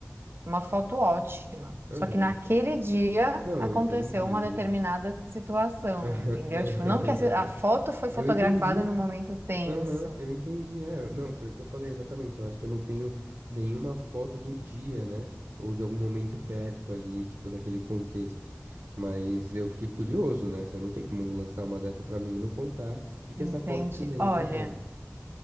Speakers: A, on the right (about 50°); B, on the right (about 75°).
A: uma foto ótima.
B: Aham.
A: Só que naquele dia
B: Não,
A: aconteceu
B: eu entendi.
A: uma determinada situação, entendeu?
B: <laughs>
A: Tipo, não que a a foto foi fotografada
B: Eu entendi.
A: num momento tenso,
B: Aham, eu entendi. É, eu- não, foi o que eu falei exatamente. Eu acho que eu não tenho nenhuma foto do dia, né? Ou de algum momento perto ali, tipo, daquele contexto. Mas eu fiquei curioso, né? Você não tem como lançar uma dessa pra mim e não contar. O que que
A: entende?
B: essa foto te lembra,
A: Olha.
B: então?